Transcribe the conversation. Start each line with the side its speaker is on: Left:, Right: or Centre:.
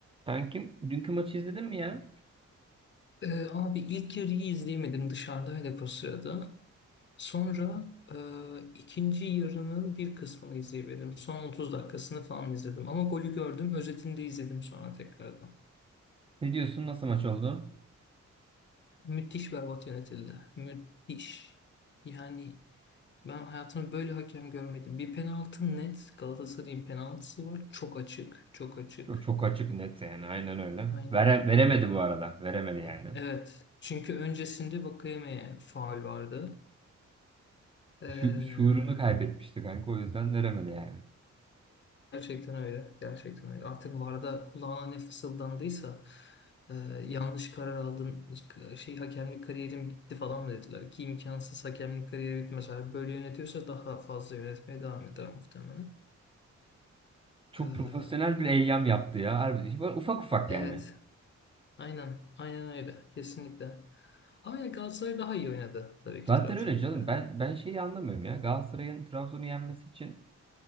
Right: Sen kim? Dünkü maçı izledin mi ya?
Left: Ee, abi ilk yarıyı izleyemedim dışarıdaydık o sırada. Sonra e, ikinci yarının bir kısmını izleyemedim. Son 30 dakikasını falan izledim. Ama golü gördüm. Özetini de izledim sonra tekrardan.
Right: Ne diyorsun? Nasıl maç oldu?
Left: Müthiş berbat yönetildi. Müthiş. Yani ben hayatımda böyle hakem görmedim. Bir penaltı net. Galatasaray'ın penaltısı var. Çok açık. Çok açık.
Right: Çok, çok açık net yani. Aynen öyle.
Left: Aynen.
Right: Vere, veremedi bu arada. Veremedi yani.
Left: Evet. Çünkü öncesinde Vakayeme'ye faul vardı. Ee,
Right: Şu, şuurunu kaybetmişti kanka. O yüzden veremedi yani.
Left: Gerçekten öyle. Gerçekten öyle. Artık VAR'da kulağına ne fısıldandıysa e, yanlış karar aldın, şey hakemlik kariyerin bitti falan mı dediler ki imkansız hakemlik kariyeri bitmez. Eğer böyle yönetiyorsa daha fazla yönetmeye devam eder muhtemelen.
Right: Çok
Left: E,
Right: profesyonel bir eyyam yaptı ya. Harbi, böyle ufak ufak
Left: evet.
Right: yani.
Left: Aynen. Aynen öyle. Kesinlikle. Ama yani Galatasaray daha iyi oynadı tabii ki
Right: Zaten
Left: Trabzon'a
Right: öyle canım.
Left: göre.
Right: Ben ben şeyi anlamıyorum ya. Galatasaray'ın Trabzon'u yenmesi için